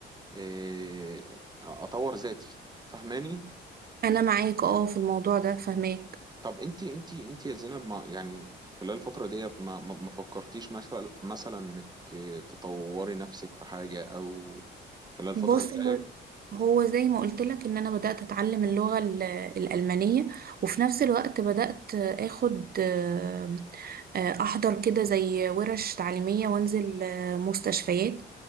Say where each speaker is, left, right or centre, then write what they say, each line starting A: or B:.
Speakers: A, on the right; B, on the right.
A: إيه، اطور ذاتي فهماني
B: انا معاك اه في الموضوع ده فهماك
A: طب انت انت انت يا زينب ما يعني خلال الفترة ديت ما ما ما فكرتيش مثلا مثلا انك تطوري نفسك في حاجة او خلال الفترة
B: بص
A: اللي
B: هو
A: جاية
B: هو زي ما قلت لك ان انا بدأت اتعلم اللغة ال- الألمانية وفي نفس الوقت بدأت اخد آه، آه، احضر كده زي ورش تعليمية وانزل آه، مستشفيات